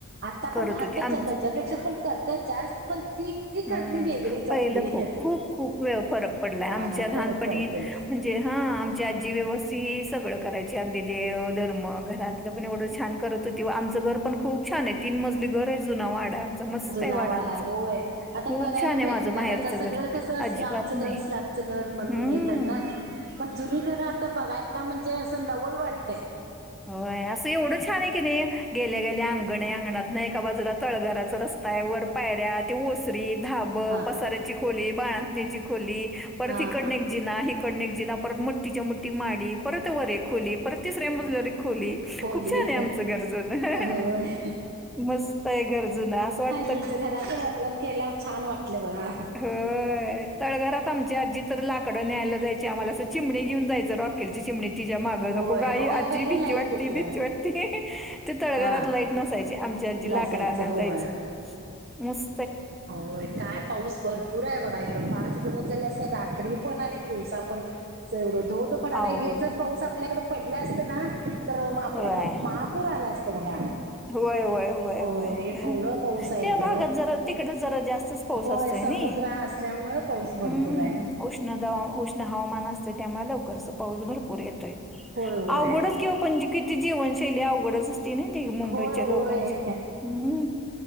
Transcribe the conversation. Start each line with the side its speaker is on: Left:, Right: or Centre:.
Right: आता
Centre: करत
Right: पण आताच
Centre: होती आमची
Right: जा त्याच्यापेक्षा पण करत्यात जास्त पण ती ती
Centre: हम्म
Right: करणी वेगळीच
Centre: पहिलं
Right: आपली
Centre: खूप खूप खूप वे फरक पडलाय
Right: हा
Centre: आम च्या लहानपणी
Right: फरक पडतोय
Centre: म्हणजे हा आमची आज्जी व्यवस्थित सगळं करायची अगदी देव धर्म घरात तलं पण एवढं छान करत होती आमचं घर पण खूप छान आहे तीन मज ली घर आहे जुना वाडा आहे आमचा मस्त
Right: जुना
Centre: आहे वाडा आमचा
Right: होय आता
Centre: खूप
Right: बघायला
Centre: छान आहे
Right: भेटणात
Centre: माझं माहेरचं
Right: आता सगळं
Centre: घर
Right: कस
Centre: अजिबात
Right: स्लॅपचं घर
Centre: नाही
Right: स्लॅपचं घर म्हणून
Centre: हम्म
Right: हे करतात पण जुनी घरं आता बघायला म्हणजे असं नवल वाटतंय
Centre: होय असं एवढं छान आहे की नाही गेल्या गेल्या अंगण आहे अंगणात ना एका बाजूला तळघराच रस्त स्ता आहे वर पायऱ्या ते ओसरी धाबं
Right: हा
Centre: पसाऱ्याची खोली बाळंतिणीची खोली परत
Right: हा
Centre: इकडनं एक जिना हिक कडनेक जिना परत मोट्ठीच्या मोठी माडी परत वर एक खोली परत तिसऱ्या मजल्यावर एक खोली
Right: खोली
Centre: खूप छान आहे आमचं घर जुनं
Right: होय
Centre: मस्त आहे घर जुनं असं वाटतंय
Right: तुमच्या घराचं वर्णन केल्यावर छान वाटलं बघा
Centre: होय तळघरात आमची आजी तर लाक डं न्यायला जायची आम्हाला असं चिमणी घेऊन जायचं रॉकेलची चिमणी तिच्या मागं
Right: होय
Centre: नको ग आई
Right: होय
Centre: आजी
Right: पहिला
Centre: भीती
Right: लाईट
Centre: वाटते
Right: कुठलं
Centre: भीती वाटते ते तळघरात
Right: हा
Centre: लाईट नसायची आ मची आज्जी
Right: लासायचं
Centre: लाकडं आणायला
Right: होय.
Centre: जायची मस
Right: होय काय पाऊस भरपूर आहे बघा इकडं पाच दिवस झाले असं रात्री पण आणि दिवसा पण एवढं धो धो पडालाय
Centre: अवघड
Right: हेच जर पाऊस आपल्याकडे पडला असतं ना तर आपल्याकडे
Centre: होय
Right: महापूर आला असतं बघा
Centre: होय होय होय
Right: हो
Centre: होय
Right: एवढं पाऊस आहे
Centre: त्या
Right: इकडं
Centre: भागात जरा तिकडं जरा जास्तच पाऊस
Right: होय
Centre: असतोय
Right: समुद्र
Centre: नई
Right: हा असल्यामुळे पाऊस भरपूर
Centre: हम्मम
Right: आहे.
Centre: उष्ण दवा उष्ण हवामान असत त्यामुळं लवकर पाऊस भरपूर येतोय
Right: होय होय.
Centre: अवघडच कि ओ पण किती जीवनशैली अवघडच असती ना त मुंबईच्या
Right: होय होय
Centre: लोकांची हम्